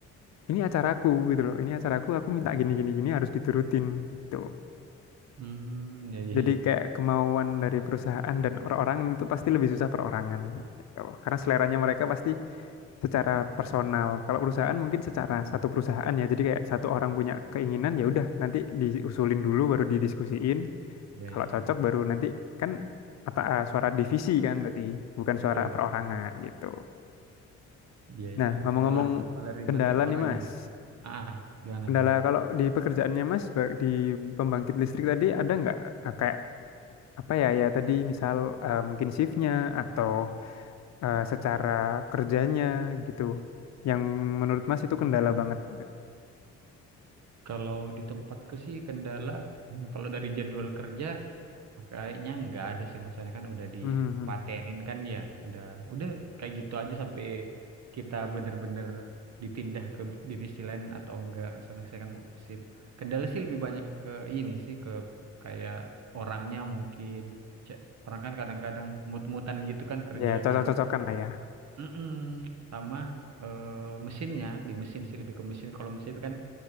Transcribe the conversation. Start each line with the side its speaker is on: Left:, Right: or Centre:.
Left: ini acaraku gitu loh, ini acaraku aku minta gini gini gini harus diturutin gitu.
Right: Hmm, iya iya
Left: Jadi
Right: iya.
Left: kayak kemauan dari perusahaan dan perorangan itu pasti lebih susah perorangan. Gitu. Karena seleranya mereka pasti secara personal. Kalau perusahaan mungkin secara satu perusahaan ya. Jadi kayak satu orang punya keinginan ya udah nanti diusulin dulu baru didiskusiin.
Right: Iya
Left: Kalau
Right: iya
Left: cocok
Right: iya.
Left: baru nanti kan kata eh, suara divisi kan berarti bukan
Right: Betul
Left: suara perorangan
Right: betul.
Left: gitu.
Right: Iya
Left: Nah,
Right: iya.
Left: ngomong-ngomong
Right: Malah malah ribet
Left: kendala
Right: yang orang
Left: nih Mas.
Right: ya. Ah, gimana
Left: Kendala
Right: gimana?
Left: kalau di pekerjaannya Mas ba- di pembangkit listrik tadi ada nggak eh, kayak apa ya ya tadi misal eh, mungkin shiftnya atau eh, secara kerjanya gitu yang menurut Mas itu kendala banget gitu.
Right: Kalau di tempatku sih kendala hmm, kalau dari jadwal kerja Kayaknya nggak ada sih maksudnya kan udah dipatenin
Left: Hmm, hmm.
Right: kan ya, udah udah kayak gitu aja sampai kita bener-bener dipindah ke divisi lain atau enggak. Soalnya saya kan mau shift. Kendala sih lebih banyak ke ini sih ke kayak orangnya mungkin Cek, orang kan kadang-kadang mut-mutan gitu kan kerja
Left: ya cocok-cocokan
Right: kan.
Left: lah ya
Right: Mm-mm. Sama eh, mesinnya di mesin sih lebih ke mesin. Kalau mesin itu kan